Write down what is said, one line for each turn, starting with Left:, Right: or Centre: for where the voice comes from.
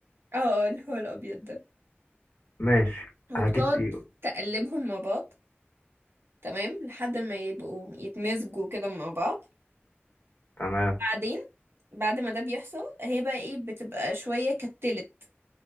Right: اه اه اللي هو الابيض ده
Left: ماشي
Right: وبتقعد
Left: هجيب دقيق
Right: تقلبهم مع بعض تمام لحد ما يبقوا يتمزجوا كده مع بعض
Left: تمام
Right: بعدين بعد ما ده بيحصل هي بقى ايه بتبقى شوية كتلت